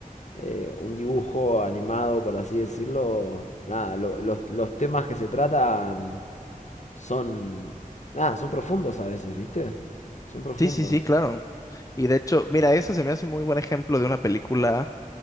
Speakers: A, on the left; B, on the left.
A: eh, un dibujo animado, por así decirlo, nada, lo- los, los temas que se tratan son, nada, son profundos a veces, ¿viste? Son profundos.
B: Sí, sí, sí, claro. Y de hecho, mira, eso se me hace muy buen ejemplo de una película,